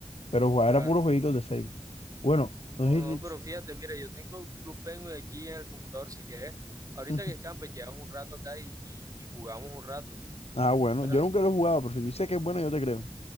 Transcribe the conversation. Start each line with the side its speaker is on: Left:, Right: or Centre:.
Left: Pero jugaba
Right: claro.
Left: era puros jueguitos de Facebook. Bueno, no
Right: No,
Left: sé
Right: no, pero
Left: si-
Right: fíjate, mira, yo tengo Club Penguin aquí en el computador si quieres.
Left: <laughs>
Right: Ahorita que escampes, llevas un rato acá y, y, y jugamos un rato.
Left: Ah, bueno,
Right: Dale.
Left: yo nunca lo he jugado, pero si tú dices que es bueno, yo te creo.